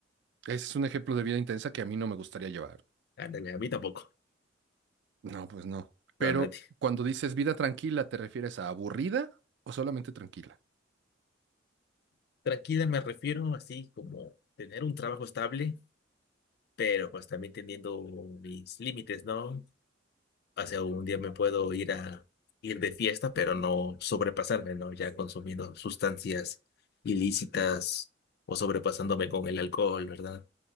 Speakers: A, on the right; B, on the left.
A: Ese es un ejemplo de vida intensa que a mí no me gustaría llevar.
B: Ándale, a mí tampoco.
A: No, pues no. Pero
B: No, nadie.
A: cuando dices vida tranquila, ¿te refieres a aburrida o solamente tranquila?
B: Tranquila me refiero así como tener un trabajo estable, pero pues también teniendo mis límites, ¿no? O sea, un día me puedo ir a ir de fiesta, pero no sobrepasarme, ¿no? Ya consumiendo sustancias ilícitas o sobrepasándome con el alcohol, ¿verdad?